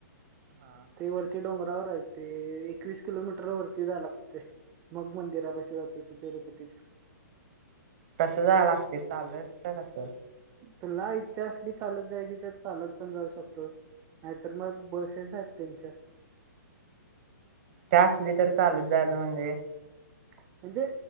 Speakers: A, on the right; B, on the right.
A: हा हा
B: ते वरचे डोंगरावर आहे ते एकवीस किलोमीटर वरती जायाय लागतंय. मग मंदिरापाशी जातोस तिरुपतीच्या.
A: कसं जाय लागते चालत का कसं.
B: तुला इच्छा असली चालत जायची तर चालत पण जाऊ शकतोस, नाहीतर मग बसेस आहेत. तेंनच्या.
A: ते असली तर चालत जायचं म्हणजे काय
B: <inaudible> म्हणजे